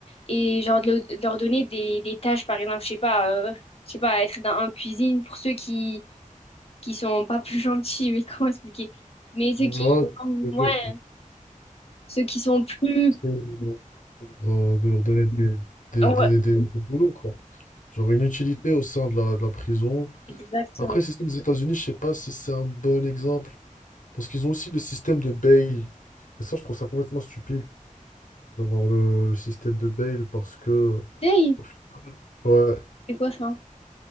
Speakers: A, on the left; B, on the left.
A: et genre de, le- de leur donner des, des tâches, par exemple, je sais pas, euh, je sais pas, être dans un cuisine pour ceux qui qui sont pas plus <laughs> gentils, mais comment expliquer? Mais ceux
B: Ouais,
A: qui, ouais,
B: c'est dur.
A: ceux qui sont plus,
B: C'est de leur, euh, de leur donner des, des,
A: ouais,
B: des, des- des boulots, quoi. Genre une utilité au sein de la, de la prison.
A: exactement.
B: Après, le système des États-Unis, je sais pas si c'est un bon exemple. Parce qu'ils ont aussi le système de bail. Et ça, je trouve ça complètement stupide d'avoir le, le système de bail parce que.
A: Hey,
B: au fi- Ouais,
A: c'est quoi ça?